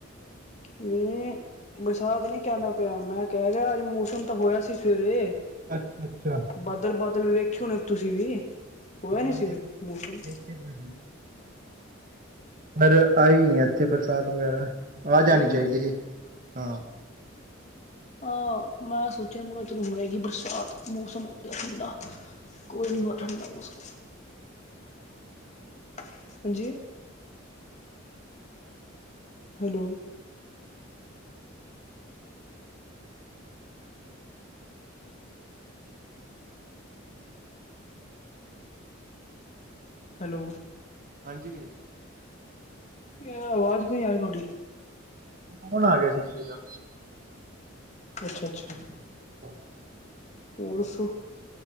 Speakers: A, on the left; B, on the right.
A: ਨਹੀਂ ਬਰਸਾਤ ਨਹੀਂ ਕਹਿੰਦਾ ਪਿਆ, ਮੈਂ ਕਹਿ ਰਿਹਾ ਅੱਜ ਮੌਸਮ ਤਾਂ ਹੋਇਆ ਸੀ ਸਵੇਰੇ
B: ਅੱਛਾ, ਅੱਛਾ।
A: ਬਾਦਲ -ਬਾਦਲ ਵੇਖੇ ਹੋਣੇ ਨੇ ਤੁਸੀਂ ਵੀ? ਹੋਇਆ
B: ਹਾਂ
A: ਨੀ ਸੀ
B: ਦੇਖ-
A: ਮੌਸਮ
B: ਦੇਖੇ ਤਾਂ ਸੀ। ਪਰ ਆਈ ਨੀ ਆ ਇੱਥੇ ਬਰਸਾਤ ਵਗੈਰਾ। ਆ ਜਾਣੀ
A: ਆਈ ਨੀ
B: ਚਾਹੀਦੀ ਸੀ, ਹਾਂ।
A: ਹਾਂ ਮੈਂ ਸੋਚਿਆ ਮੈਂ ਕਿਹਾ ਚਲੋ ਹੋ ਆਏਗੀ ਬਰਸਾਤ ਮੌਸਮ ਹੋ ਗਿਆ ਠੰਡਾ। ਕੋਈ ਨੀ ਹੋਇਆ ਠੰਡਾ ਮੌਸਮ, ਹਾਂਜੀ ਹੈਲੋ, ਹੈਲੋ,
B: ਹਾਂਜੀ ਵੀਰ ਜ-
A: ਕਿ ਏ ਆਵਾਜ਼ ਕਿਉਂ ਨੀ ਆ ਰੀ ਤੁਹਾਡੀ।
B: ਫੋਨ ਆ ਗਿਆ ਸੀ ਕਿਸੀ ਦਾ,
A: ਅੱਛਾ- ਅੱਛਾ।
B: ਹਾਂ
A: ਉ ਰਸੁ